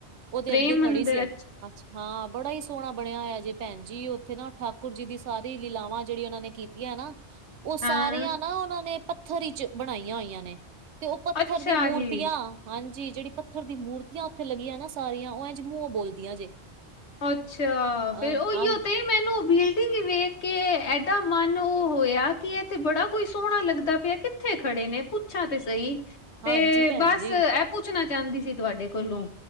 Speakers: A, on the right; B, on the left.
A: ਉਹਦੇ
B: ਪ੍ਰੇਮ
A: ਅੱਗੇ ਖੜੀ
B: ਮੰਦਿਰ
A: ਸੀ, ਅੱਛਾ ਹਾਂ ਬੜਾ ਹੀ ਸੋਹਣਾ ਬਣਿਆ ਹੋਇਆ ਜੇ ਭੈਣ ਜੀ, ਉੱਥੇ ਨਾ ਠਾਕੁਰ ਜੀ ਦੀ ਸਾਰੀ ਲੀਲਾਵਾਂ, ਜਿਹੜੀ ਉਹਨਾਂ ਨੇ ਕੀਤੀ ਹੈ ਨਾ ਉਹ ਸਾਰੀਆਂ
B: ਹਾਂ
A: ਨਾ ਉਹਨਾਂ ਨੇ, ਪੱਥਰ 'ਚ ਬਣਾਈਆਂ ਹੋਈਆਂ ਨੇ ਤੇ ਉਹ ਪੱਥਰ
B: ਅੱਛਾ
A: ਦੀਆਂ ਮੂਰਤੀਆਂ,
B: ਜੀ
A: ਹਾਂਜੀ, ਜਿਹੜੀ ਪੱਥਰ ਦੀਆਂ ਮੂਰਤੀਆਂ ਉੱਥੇ ਲੱਗੀਆਂ ਨਾ ਸਾਰੀਆਂ ਉਹ 'ਜ ਮੂੰ ਉਹ ਬੋਲਦੀਆਂ ਜੇ।
B: ਅੱਛਾ, ਫੇਰ
A: ਅ
B: ਉਹੀਓ
A: ਹਾਂਜੀ
B: ਤੇ ਮੈਨੂੰ ਉਹ ਬਿਲਡਿੰਗ ਵੇਖ ਕੇ ਇਡਾ ਮਨ ਉਹ ਹੋਇਆ। ਕੀ ਤੇ ਬੜਾ ਕੋਈ ਸੋਹਣਾ ਲੱਗਦਾ ਪਿਆ ਕਿੱਥੇ ਖੜੇ ਨੇ ਪੁੱਛਾਂ ਤੇ ਸਹੀ ਤੇ
A: ਹਾਂਜੀ ਭੈਣ
B: ਬਸ
A: ਜੀ।
B: ਇਹ ਪੁੱਛਣਾ ਚਾਹੁੰਦੀ ਸੀ ਤੁਹਾਡੇ ਕੋਲੋਂ